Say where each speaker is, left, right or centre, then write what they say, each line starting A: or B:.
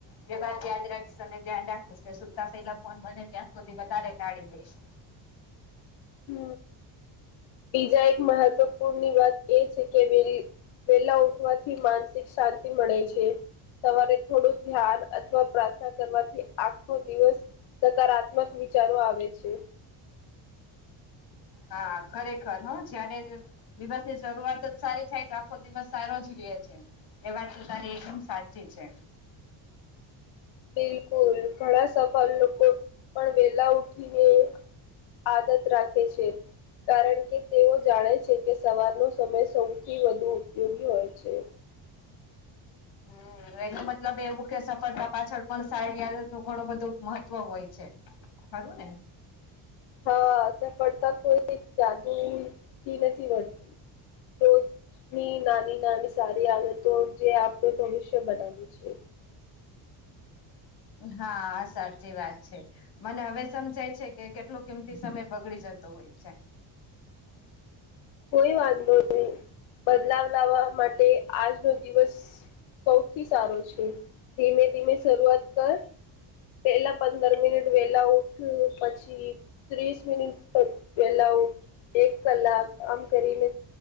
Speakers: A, on the left (about 55°); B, on the left (about 80°).
A: જ એ વાત યાદ રાખીજે અનેને ધ્યાન રાખીશ કે સુતા પેલા ફોન બને ત્યાં સુધી વધારે ટાઢી દઈશ.
B: હમ બીજા એક મહત્વપૂર્ણની વાત એ છે કે વેલી વેલા ઉઠવાથી માનસિક શાંતિ મળે છે. સવારે થોડું ધ્યાન અથવા પ્રાર્થના કરવાથી આખો દિવસ સકારાત્મક વિચારો આવે છે.
A: હા ખરેખર હું જને દિવસ ની શરૂઆત જ સારી થાય આખો દિવસ સારો જ રહે છે. એ વાત તો તારી એકદમ સાચી છે.
B: બિલકુલ ઘણા સફર લોકો પણ વેલા ઉઠીને આદત રાખે છે. કારણ કે તેઓ જાણે છે કે સવારનો સમય સૌથી વધુ ઉપયોગી હોય છે.
A: હમ એનો મતલબ એવું કે સફળતા પાછળ પણ શારી નું ઘણું બધું મહત્વ હોય છે. ખરુને
B: હા સફળતા કોઈ જાદુ થી નથી મળતી. રોજની નાની નાની સારી આદતો જે આપણે ભવિષ્ય બનાવીએ છે.
A: હા સાચી વાત છે. મને હવે સમજાય છે કે કેટલો કિંમતી સમય બગડી જતો હોય છે.
B: કોઈ વાંધો નહી બદલાવ લાવવા માટે આજનો દિવસ સૌથી સારો છે ધીમે ધીમે શરૂઆત કર પેલા પંદર મિનિટ વેલા ઉઠ પછી ત્રીસ મિનિટ વેલાઉટ એક કલાક આમ કરીને